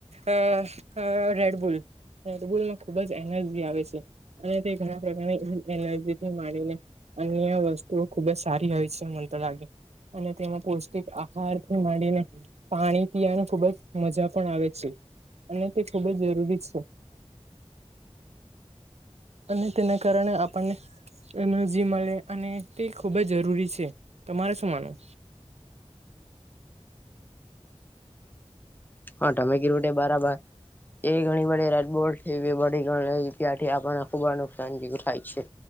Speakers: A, on the right (about 70°); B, on the left (about 15°).
A: અ રેડબુલ રેડબુલમાં ખુબ જ એનર્જી આવે છે. અને તે ઘણા પ્રકારની એનર્જીથી માંડીને અન્ય વસ્તુઓ ખુબ જ સારી હોય મને તો લાગે અને તેમાં પૌષ્ટિક આહાર પણ માંડીને પાણી પીવાની ખુબજ મજા પણ આવે છે. અને તે ખુબ જ જરૂરી જ છે. અને તેના કારણે આપણને એનર્જી મળે અને તે ખૂબ જ જરૂરી છે. તમારે શું માનું
B: હા તમે કીધું તે બરાબર એ ઘણી બત બો લ ત્યાંથી આપને ખુબ જ નુકસાન થાય છે.